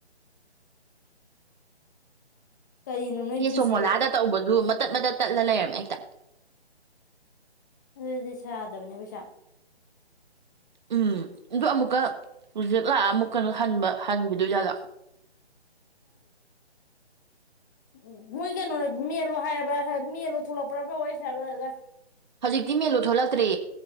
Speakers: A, on the left; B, on the right.
A: ꯀꯔꯤꯅꯣ ꯅꯣꯏ
B: ꯑꯦ
A: ꯄꯨꯟꯁꯤ
B: ꯁꯣꯃꯣꯂꯥꯗ ꯇꯧꯕꯁꯨ ꯃꯇꯠ ꯃꯇꯠ ꯇꯠꯂ ꯂꯩꯔꯝꯃꯦ ꯍꯦꯛꯇ
A: ꯑꯗꯨꯗꯤ ꯁꯥꯗꯕꯅꯦ ꯄꯩꯁꯥ
B: ꯎꯝ ꯑ ꯑꯃꯨꯛꯀ ꯍꯧꯖꯤꯛ ꯂꯥꯛꯑ ꯑꯃꯨꯛ ꯀꯩꯅꯣ ꯍꯟꯕ ꯍꯟꯈꯤꯗꯣꯏꯖꯥꯠꯗ
A: ꯎ ꯃꯣꯏ ꯀꯩꯅꯣꯅꯦꯦ ꯃꯤꯔꯣ ꯍꯥꯏꯔꯕ ꯃ ꯃꯤꯃꯤꯂ ꯊꯅꯣꯄꯔ ꯐ ꯄ ꯋꯥ ꯁꯌꯥꯜ ꯑꯣꯏꯔꯒ
B: ꯍꯧꯖꯤꯛꯇꯤ ꯃꯦꯜꯂꯨ ꯊꯣꯛꯂꯛꯇ꯭ꯔꯦ